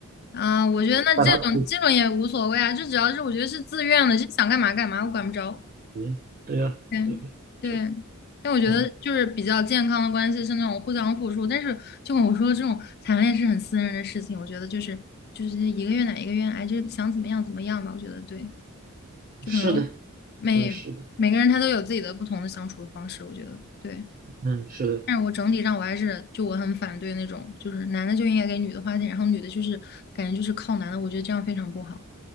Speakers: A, on the left (about 45°); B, on the right (about 40°).
A: 啊，我觉得那这种这种也无所谓啊，
B: 但他
A: 就只要是我觉得是自愿的，就想干嘛干嘛，我管不着。
B: 对对呀、啊对，
A: 对对，
B: 是
A: 但我觉得就是比较健康的关系是那种互相付出，
B: 嗯，
A: 但是就跟我说的这种谈恋爱是很私人的事情，我觉得就是就是一个愿打一个愿挨，就想怎么样怎么样吧，我觉得对，就可能
B: 是的，
A: 每每个人他都有自己的不同的相处的方式，
B: 就是的，
A: 我觉得对。
B: 嗯，是的，
A: 但是我整体上我还是就我很反对那种就是男的就应该给女的花钱，然后女的就是感觉就是靠男的，我觉得这样非常不好。